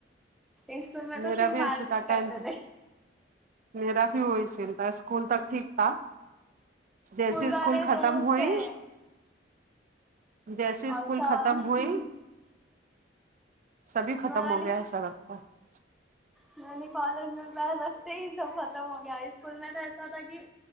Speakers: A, in the centre; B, on the right.
A: اسکول میں
B: میرا
A: تو صرف
B: بھی ایسے
A: مار پیٹ
B: تھا
A: کرتے
B: ٹینتھ
A: تھے
B: میرا بھی وہی سین تھا اسکول تک ٹھیک تھا جیسے اسکول
A: والے
B: ختم
A: دوست
B: ہوئی
A: تھے
B: جیسے اسکول
A: اور سب
B: ختم ہوئی سبھی ختم
A: والی
B: ہو گیا ایسا <inaudible>
A: میں نے کالج میں پیر رکھتے ہی سب ختم ہو گیا اسکول میں تو ایسا تھا کہ